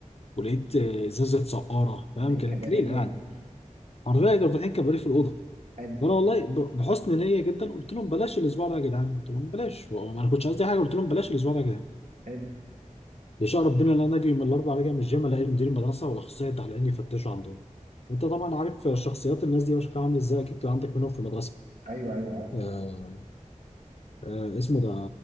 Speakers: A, on the left (about 50°); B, on the right (about 80°).
A: ولقيت آه، ازازه سقاره فاهم
B: ده إيه
A: كانت
B: كباريه
A: ليله
B: ده
A: يعني
B: ولا إيه؟
A: حرفيا كانوا فاتحين كباريه في الاوضه
B: حلو
A: وانا والله ب- بحسن نيه جدا قلت لهم بلاش الاسبوع ده يا جدعان قلت لهم بلاش وانا ما كنتش قصدي حاجه قلت لهم بلاش الاسبوع ده يا جدعان
B: حلو
A: يشاء ربنا ان انا اجي من الاربع راجع من الجيم الاقي مدير المدرسه والاخصائي التعليمي يفتشوا عندهم وانت طبعا عارف شخصيات الناس دي وشكلها عامل ازاي اكيد كان عندك منهم في المدرسه
B: أيوه أيوه أه
A: آه آه اسمه ده